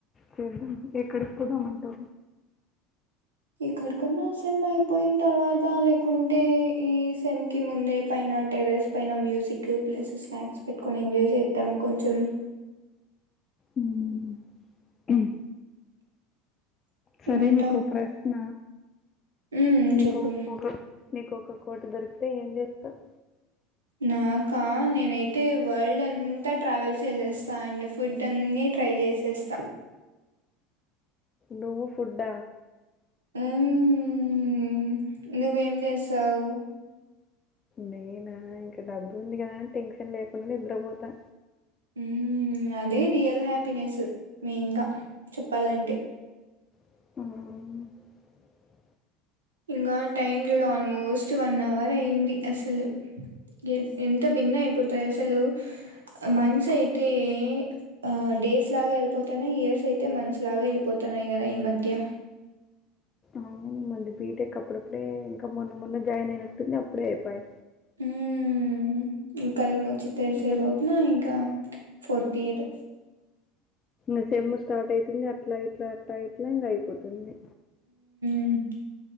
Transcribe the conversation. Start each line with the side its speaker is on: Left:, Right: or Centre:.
Left: చేద్దాం ఎక్కడికి పోదామంటా
Right: ఎక్కడ్ కన్నా వస్తన్నా పోయిన తర్వాత లేకుంటే ఈ సేమ్ కి ముందే పైన, టెరెస్ పైన, మ్యూజిక్ ప్లేసెస్, స్నాక్స్, పెట్టుకొని ఎంజాయ్ చేద్దాం. కొంచెం
Left: మ్ హ్మ్ సరే
Right: ఏమంటావు
Left: నీకు ప్రశ్న
Right: ఉమ్
Left: మీకు
Right: చెప్పు
Left: ఒక నీకు ఒక కోటీ దొరికితే ఏం జెతావ్
Right: నాకా నేనైతే వరల్డ్ అంతా ట్రావెల్ చేసేస్తా, అండ్ ఫుడ్ అన్ని ట్రై చేసేస్తా.
Left: నువ్వు ఫుడ్డ
Right: ఉమ్ నువ్వేం చేస్తావ్
Left: నేనా ఇంక డబ్బు ఉంది కదా అని, టెన్షన్ లేకుండా నిద్రపోతా.
Right: హ్మ్ అదే రియల్ హ్యాపీనెస్ మెయిన్గా చెప్పాలంటే
Left: <unintelligible>
Right: ఇంకా టైమ్ చూడ ఆల్మోస్ట్ వన్ అవర్ అయింది. అసలు ఎ ఎంత భిన్న అయిపోతాయి అసలు మంత్స్ అయితే ఆ డేస్ లాగా వెళ్ళిపోతాన్నాయి. ఇయర్స్ అయితే మంత్స్ లాగా వెళ్ళిపోతాన్నాయి కదా ఈ మధ్య
Left: అవును మంది బీటెక్ అప్పుడప్పుడే ఇంకా మొన్న మొన్న జాయిన్ అయినట్టుంది. అప్పుడే అయిపోయాయ్
Right: హ్మ్ కల్ముర్ చి తెల్సే
Left: ఇంకా
Right: లోపల
Left: సె-
Right: ఇంకా ఫోర్త్ ఇయర్
Left: ఈ సేమ్ము స్టార్ట్ అయితుంది అట్లా ఇట్లా టైపింగ్ అయ్పోతుంది
Right: మ్మ్